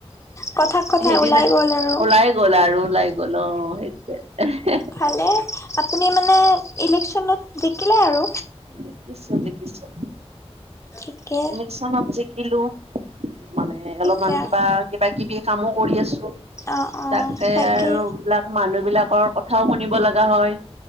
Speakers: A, on the left (about 25°); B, on the right (about 70°).
A: কথাত কথা
B: সেইদিনা,
A: ওলাই গ'ল আৰু।
B: ওলাই গ'ল আৰু ওলাই গ'ল, অ, সেইটোৱে।
A: ভালেই, আপুনি মানে ইলেকচনত জিকিলে আৰু।
B: জিকিছো- জিকিছো।
A: ঠিকে।
B: ইলেকচনত জিকিলো, মানে অলপমান
A: এতিয়া
B: কিবা-কিবা- কিবি কামো কৰি আছো।
A: অ' অ'
B: তাকে
A: বাকী
B: আৰু বিলাক মানুহ বিলাকৰ কথাও শুনিব লগা হয়।